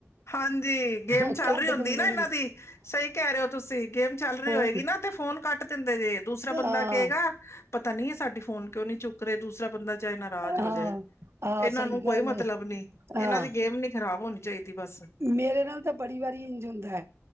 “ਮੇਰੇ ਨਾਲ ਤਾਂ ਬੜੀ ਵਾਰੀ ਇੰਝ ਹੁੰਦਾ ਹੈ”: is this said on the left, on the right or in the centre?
Right